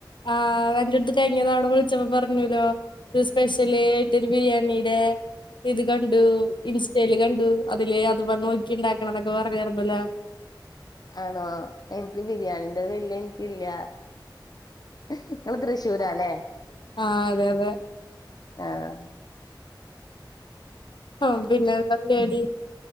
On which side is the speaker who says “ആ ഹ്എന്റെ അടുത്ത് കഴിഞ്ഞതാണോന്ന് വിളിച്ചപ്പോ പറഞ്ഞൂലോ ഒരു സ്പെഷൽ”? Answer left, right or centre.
Left